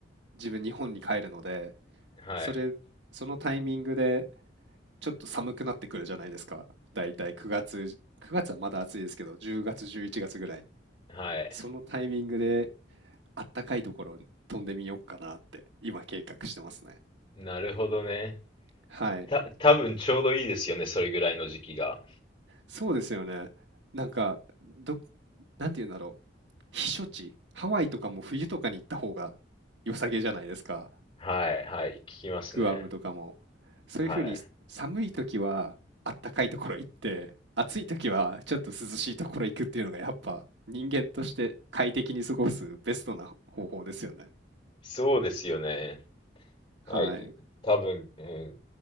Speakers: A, on the right (about 70°); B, on the left (about 25°).
A: 自分日本に帰るので、
B: はい。
A: それ、そのタイミングでちょっと寒くなってくるじゃないですか。だいたい9月、9月はまだ暑いですけど、10月、11月ぐらい。
B: はい。
A: そのタイミングであったかいところに飛んでみようかなって今計画してますね。
B: なるほどね。
A: はい。
B: た、多分ちょうどいいですよね。それぐらいの時期が。
A: そうですよね。なんか、ど、なんて言うんだろう。避暑地、ハワイとかも冬とかに行った方が良さげじゃないですか。
B: はい。はい。聞きますね。
A: グアムとかも。そういうふうに寒い時はあったかいところ行って、
B: はい。
A: 暑い時はちょっと涼しいところ行くっていうのがやっぱ人間として快適に過ごすベストな方法ですよね。
B: そうですよね。はい。
A: はい。
B: 多分、うん、